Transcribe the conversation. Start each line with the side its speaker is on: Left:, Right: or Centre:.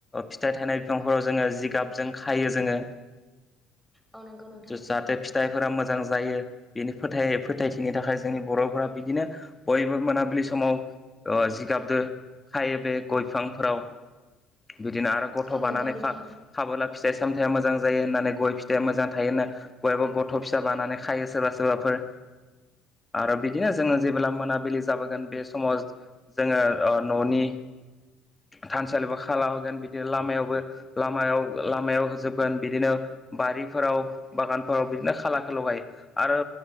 Left: फिथाइ थाइनाय बिफांफोराव जोङो जिगाबजों खायो जोङो।
Centre: औ नंगौ नोंथां
Left: जाहाथे फिथाइ फोरा मोजां जायो बेनि फोथायथिनि थाखाय जोंनि बर'फोरा बिदिनो बयबो मोनिलि सम माव जिगाबदो हायो बे गयफांफोराव।
Centre: <inaudible>
Left: बिदिनो आरो गथ'
Centre: औ
Left: बानानै
Centre: नंगौ नोंथां
Left: खाबोला फिथाइ सामथायाइया मोजां जायो होननानै गय फिथाइया मोजां थायोना गयाबो गथ' फिसा बानानै खायो सोरबा सोरबाफोर आरो बिदिनो जोङो जेब्ला मोनाबिलि जाबोगोन बे समाव जोङो न'नि थानसालिबो खाला होगोन बिदिनो लामायावबो लामायाव लामायाव होजोबगोन बिदिनो बारिफोराव बागानफोराव बिदिनो खाला खाल गायो आरो